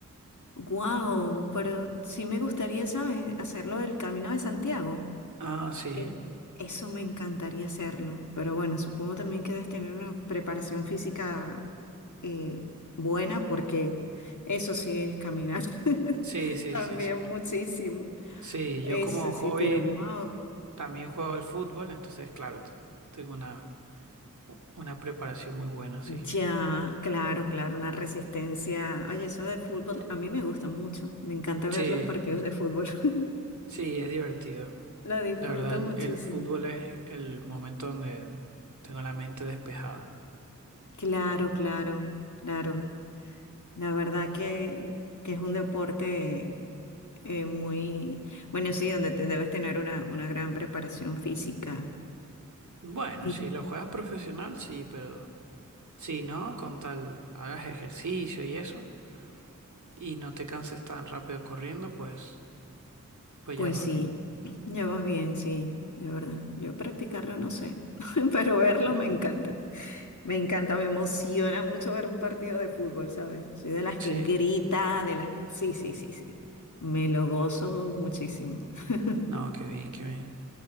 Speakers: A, on the left; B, on the right.
A: Wow, pero sí me gustaría, ¿sabes? Hacerlo del Camino de Santiago.
B: Ah, sí,
A: E- Eso me encantaría hacerlo. Pero bueno, supongo también que debes tener una preparación física eh, buena porque eso sí es caminar. <laughs>
B: sí, sí,
A: También
B: sí, sí.
A: muchísimo.
B: Sí,
A: Eso
B: yo como hobby
A: sí, pero wow.
B: mm, también juego al fútbol, entonces, claro, t- tengo una, una preparación muy buena, sí.
A: Ya, claro, claro, una resistencia. Oye, eso de fútbol a mí me gusta mucho. Me encanta
B: Sí,
A: ver los partidos de fútbol. <laughs>
B: sí, es divertido.
A: Lo disfruto
B: La verdad, el,
A: muchísimo.
B: el fútbol es el momento donde tengo la mente despejada.
A: Claro, claro, claro. La verdad que, que es un deporte eh, muy, bueno, sí, donde te debes tener una, una gran preparación física.
B: Bueno,
A: Y
B: si lo juegas profesional, sí, pero si no, con tal hagas ejercicio y eso, y no te canses tan rápido corriendo, pues, pues
A: pues
B: ya vas
A: sí,
B: bien.
A: <clears throat> ya vas bien, sí, de verdad. Yo practicarlo no sé, <laughs> pero verlo
B: <laughs>
A: me
B: Ujú.
A: encanta. Me encanta, me emociona mucho ver un partido de fútbol, ¿sabes? Soy de las
B: Sí,
A: que grita, de las que... Sí, sí, sí, sí. Me lo gozo muchísimo. <laughs>
B: no, qué bien, qué bien.